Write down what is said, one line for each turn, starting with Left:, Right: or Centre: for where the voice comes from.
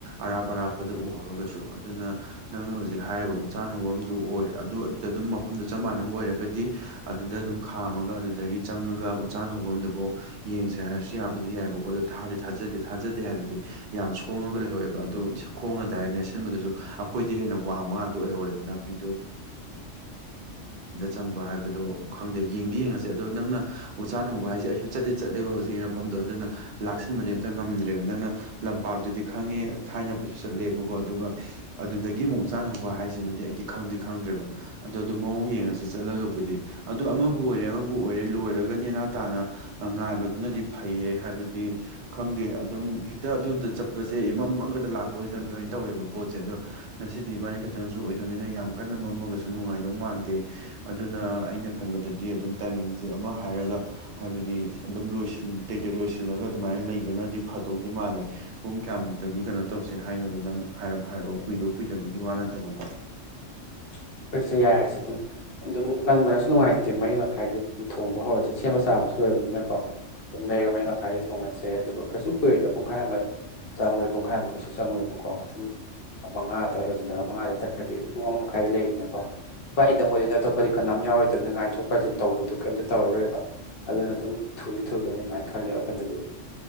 Right: ꯑꯔꯥꯞ ꯑꯔꯥꯞꯄꯗ ꯎꯍꯧꯔꯒꯁꯨ ꯑꯗꯨꯅ ꯅꯪꯅ ꯍꯧꯖꯤꯛ ꯍꯥꯏꯔꯤꯕ ꯎꯆꯁꯥꯟ ꯍꯧꯕꯗꯨ ꯑꯣꯏ ꯑꯗꯨ ꯑꯗꯨꯝ ꯃꯐꯝꯗꯨ ꯆꯞ ꯃꯥꯟꯅꯕ ꯑꯣꯏꯔꯒꯗꯤ ꯑꯗꯨꯗ ꯑꯗꯨꯝ ꯈꯥꯝꯃꯒ ꯑꯗꯨꯗꯒꯤ ꯆꯪꯉꯒ ꯎ ꯆꯥꯟ ꯊꯐꯝꯗꯨꯐꯥꯎ ꯌꯦꯡꯁꯦ ꯍꯥꯏꯔ ꯌꯥꯕꯗꯤ ꯌꯥꯏꯑꯕꯀꯣ ꯊ ꯊꯥꯖꯗꯦ ꯊꯥꯖꯗꯦ ꯍꯥꯏꯕꯗꯤ ꯌꯥꯝ ꯁꯣꯉꯒ ꯂꯩꯍꯧꯋꯦꯕ ꯑꯗꯨ ꯈꯣꯡꯅ ꯗꯥꯏꯔ ꯑꯩ ꯑꯣꯏ ꯅꯥꯄꯤ ꯆꯪꯕ ꯍꯥꯏꯕꯗꯣ ꯈꯪꯗꯦ ꯌꯦꯡꯗꯤ ꯌꯦꯡꯉꯁꯦ ꯑꯗꯣ ꯅꯪꯅ ꯎꯖꯥꯟ ꯍꯧꯕ ꯍꯥꯏꯁꯦ ꯑꯩꯁꯨ ꯆꯠꯇꯦ ꯆꯠꯂꯦꯕ ꯍꯧꯖꯤꯛ ꯃꯐꯝꯗꯣ ꯑꯗꯨꯅ ꯂꯥꯛꯁꯤꯟꯕꯗꯤ ꯑꯝꯇ ꯉꯝꯗ꯭ꯔꯦꯕ ꯅꯪꯅ ꯂꯝꯄꯥꯛꯇꯨꯗꯤ ꯈꯪꯉꯦ ꯊꯥꯏꯅ ꯑꯩꯈꯣꯏꯁꯨ ꯆꯠꯂꯦꯕꯀ ꯑꯗꯨ ꯆ ꯍꯧꯕ ꯍꯥꯏꯃꯗꯤ ꯑꯩꯗꯤ ꯈꯪꯗꯦ ꯈꯪꯗ꯭ꯔꯦꯕ ꯑꯗꯣ ꯑꯗꯨ ꯃꯑꯣꯡ ꯌꯦꯡꯉ ꯆꯠꯂꯒꯕꯨꯗꯤ ꯑꯗꯨꯗꯣ ꯑꯃꯕꯨ ꯑꯣꯏꯔꯦ ꯑꯃꯕꯨ ꯑꯣꯏꯔꯦ ꯂꯣꯏꯔꯒ ꯅꯦꯅꯥ ꯇꯥꯅ ꯉꯥꯏꯕꯗꯨꯅꯗꯤ ꯐꯩꯌꯦ ꯍꯥꯏꯕꯗꯤ ꯈꯪꯗꯦ ꯑꯗꯨꯝ ꯍꯦꯛꯇ ꯑꯗꯨꯗ ꯆꯠꯄꯁꯦ ꯃꯝꯃꯒꯗ ꯂꯥꯛꯄꯁꯤꯅ ꯑꯗꯨꯃ ꯇꯧꯋꯦꯕ ꯄꯣꯠꯁꯦ ꯑꯗꯣ ꯉꯁꯤꯗꯤ ꯏꯕꯥꯅꯤ ꯈꯛꯇꯪ ꯑꯃꯁꯁꯨ ꯑꯣꯏꯗꯣꯏꯅꯤꯅ ꯌꯥꯝ ꯀꯟꯅꯕꯝꯃꯒꯁꯨ ꯅꯨꯡꯉꯥꯏꯗꯧ ꯃꯥꯟꯗꯦ ꯑꯗꯨꯅ ꯑꯩꯅ ꯈꯟꯕꯗꯗꯤ ꯑꯗꯨꯝ ꯇꯥꯏꯃꯤꯡꯁꯦ ꯑꯃ ꯍꯥꯏꯔꯒ ꯍꯥꯏꯕꯗꯤ ꯑꯗꯨꯝ ꯂꯣꯏꯁꯤꯟ ꯇꯦꯛ ꯇꯦꯛ ꯂꯣꯏꯁꯤꯜꯂꯒ ꯑꯗꯨꯃꯥꯏꯅ ꯂꯩꯕꯅꯗꯤ ꯐꯥꯗꯧꯗꯦ ꯃꯥꯜꯂꯦ ꯄꯨꯡ ꯀꯌꯥꯃꯨꯛꯇꯒꯤ ꯀꯩꯅꯣ ꯇꯧꯁꯦ ꯍꯥꯏꯅꯣꯗꯣ ꯅꯪ ꯍꯥꯏꯔꯞ ꯍꯥꯏꯔꯛꯑꯣ ꯀꯨꯏꯕ ꯀꯨꯏꯗꯕꯒꯤ ꯋꯥ ꯅꯠꯇꯕꯀꯣ
Left: <inaudible> ꯑꯩꯁꯦ ꯌꯥꯔꯁꯦ ꯑꯗꯨꯝ ꯑꯗꯨꯝ ꯂꯟꯃꯜꯂꯁꯨ ꯅꯨꯡꯉꯥꯏꯇꯦ ꯃꯔꯤ ꯃꯈꯥꯏꯗ ꯑꯗꯨꯝ ꯊꯣꯡꯕ ꯍꯧꯔꯁꯦ ꯁꯦꯝꯕ ꯆꯥꯕꯁꯨ ꯑꯗꯨ ꯀꯨꯣꯏꯔꯕꯅꯤꯅꯀꯣ ꯑꯗꯨ ꯂꯩꯔ ꯃꯔꯤ ꯃꯈꯥꯏꯗ ꯊꯣꯡꯉꯁꯦ ꯑꯗꯨꯒ ꯀꯩꯁꯨ ꯀꯨꯏꯔꯣꯏꯗ ꯄꯨꯡꯈꯥꯏ ꯑꯃ ꯆꯪꯕꯗ ꯄꯨꯡꯈꯥꯏꯃꯨꯛꯩꯁꯨ ꯆꯪꯉꯣꯏꯕꯀꯣ ꯑꯗꯨꯝ ꯃꯉꯥꯗ ꯂꯣꯏꯁꯤꯜꯂꯒ ꯃꯉꯥꯥꯁ ꯆꯠꯈ꯭ꯔꯗꯤ ꯄꯨꯡ ꯑꯃꯃꯛ ꯀꯥꯏ ꯂꯩꯗꯅꯀꯣ ꯏꯥꯏ ꯏꯗꯪ ꯑꯣꯏꯗꯣꯏꯅ ꯑꯇꯣꯞꯄꯗꯤ ꯀꯅꯥꯝ ꯌꯥꯎꯔꯣꯏꯗꯕꯅ ꯉꯥꯟꯊꯣꯛ ꯀꯥꯏꯁꯤꯟ ꯇꯧꯕꯗꯣ ꯀꯩꯝꯇ ꯇꯧꯔꯔꯣꯏꯕ ꯑꯗꯨꯅ ꯑꯗꯨꯝ ꯊꯨꯗꯤ ꯊꯨꯒꯅꯤ ꯑꯗꯨꯃꯥꯏꯅ ꯈꯜꯂꯦ ꯑꯩꯈꯣꯏꯗꯗꯤ